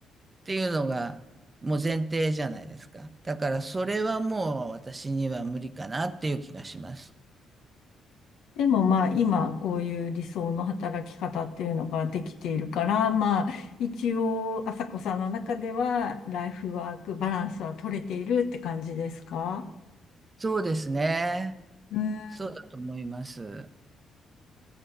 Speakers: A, on the right (about 25°); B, on the left (about 80°).
A: っていうのがもう前提じゃないですか。だからそれはもう私には無理かなっていう気がします。
B: でもまあ今こういう理想の働き方っていうのができているから、まあ一応朝子さんの中ではライフワークバランスは取れているって感じですか
A: そうですね。
B: うん、
A: そうだと思います。